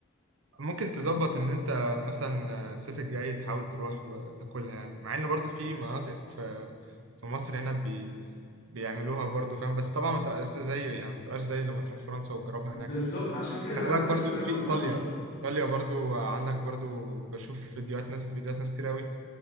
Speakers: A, on the right; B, on the left.
A: ممكن تظبط ان انت مثلا الصيف الجاي تحاول تروح وتاكلها يعني مع ان برضو في مناطق في في مصر هنا بي بيعملوها برضو فاهم بس طبعا ما تبقاش زي يعني ما تبقاش زي لما تروح فرنسا وتجربها
B: بالظبط
A: هناك
B: عشان كده انا
A: خلي
B: عايز-
A: بالك برضو
B: نفسي اجربها
A: في ايطاليا
B: في موطنها
A: ايطاليا برضو عندك برضو بشوف فيديوهات ناس فيديوهات ناس كتير قوي